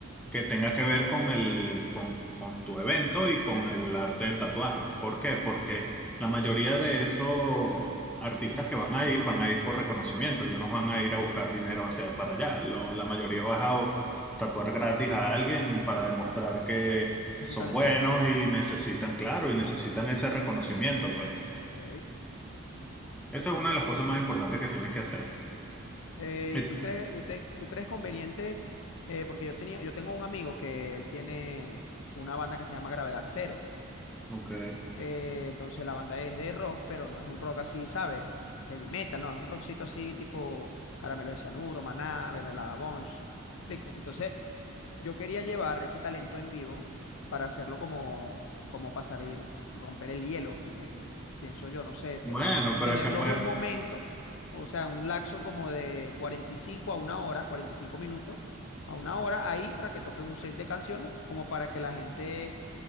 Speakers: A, in the centre; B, on the left.
A: que tenga que ver con el, con, con tu evento y con el arte del tatuaje. ¿Por qué? Porque la mayoría de esos artistas que van a ir van a ir por reconocimiento, ellos no van a ir a buscar dinero hacia para allá. Lo- la mayoría vas a o- tatuar gratis a alguien para demostrar que
B: que su
A: son
B: talento
A: buenos
B: vale?
A: y necesitan, claro, y necesitan ese reconocimiento, pues.
B: Ok.
A: Esa es una de las cosas más importantes que tienes que hacer.
B: Eh,
A: Eh,
B: ¿y tú crees, usted, tú crees conveniente? eh, porque yo tenía, yo tengo un amigo que él tiene una banda que se llama Gravedad Cero.
A: Ok.
B: Eh, entonces la banda es de rock, pero no es un rock así, ¿sabes? Heavy metal, no, es un rockcito así tipo Caramelo de Cianuro, Maná, Mermelada Bunch, ¿me explico? Entonces yo quería llevar ese talento en vivo para hacerlo como, como pasar a ir romper el hielo, me- pienso yo, no sé, tener,
A: Bueno, pero
B: tenerlos
A: es que pues,
B: un momento, o sea, un laxo como de 45 a una hora, 45 minutos a una hora ahí para que toquen un set de canciones, como para que la gente